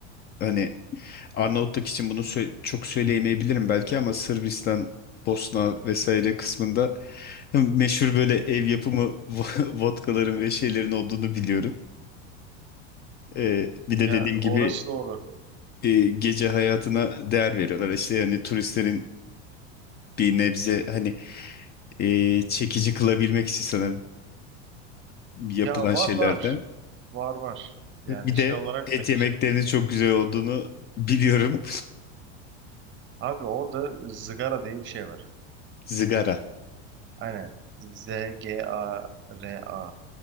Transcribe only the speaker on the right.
Ya
orası
doğru.
Ya var
var. Var var. Yani
şey olarak
da güzel.
Abi orada zıgara diye bir şey var.
Aynen. Z-G-A-R-A.